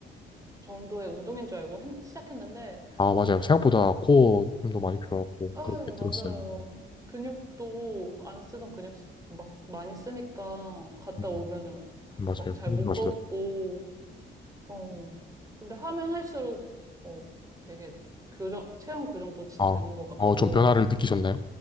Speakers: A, on the right (about 15°); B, on the left (about 25°).
A: 정도의 운동인 줄 알고 했- 시작했는데
B: 아, 맞아요. 생각보다 코어 힘도 많이 필요하고,
A: 아,
B: 그렇게
A: 예, 맞아요.
B: 들었어요. 음,
A: 근육도 안 쓰던 근육 쓰- 막 많이 쓰니까 갔다
B: 음,
A: 오면은
B: 맞아요.
A: 막 잘
B: 궁금하시다.
A: 못 걷고, 어. 근데 하면 할수록, 어, 되게 교정, 체형 교정도 진짜
B: 아,
A: 되는 것 같고,
B: 어, 좀 변화를 느끼셨나요?